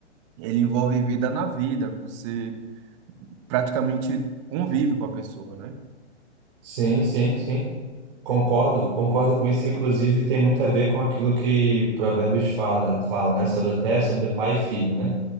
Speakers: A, on the right (about 25°); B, on the right (about 50°).
A: Ele envolve vida na vida, você praticamente convive com a pessoa, né?
B: Sim, sim, sim. Concordo, concordo com isso. e, Inclusive, tem muito a ver com aquilo que Provérbios fala, fala, né? Sobre até sobre pai e filho, né?